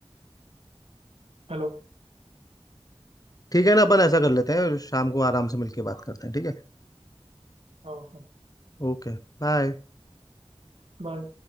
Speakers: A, on the right (about 70°); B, on the left (about 35°).
A: हेलो
B: ठीक है ना अपन ऐसा कर लेते हैं शाम को आराम से मिलके बात करते हैं ठीक है
A: हाँ हाँ
B: ओके बाय
A: बाय